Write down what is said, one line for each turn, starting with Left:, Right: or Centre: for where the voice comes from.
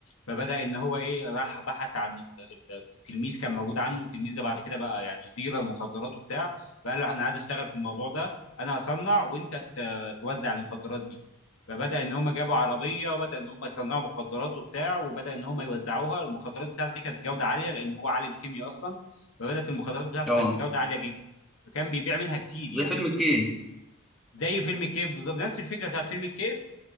Left: فبدأ إن هو إيه راح بحث عن ال- ال- التلميذ كان موجود عنه التلميذ ده بعد كده بقى يعني ديلر مخدرات وبتاع فقال له أنا عايز أشتغل في الموضوع ده أنا هصنع وأنت ت- توزع المخدرات دي فبدأ إن هم جابوا عربية وبدأ إن هم يصنعوا مخدرات وبتاع وبدأ إن هم يوزعوها المخدرات بتاعته دي كانت جودة عالية لأن هو عالم كيمياء أصلا فبدات المخدرات بتاعته
Centre: اه
Left: كانت بجوده عاليه جدا وكان بيبيع منها كتير يعني
Centre: زي فيلم الكيد
Left: زي فيلم الكيف بالظبط نفس الفكره بتاعت فيلم الكيف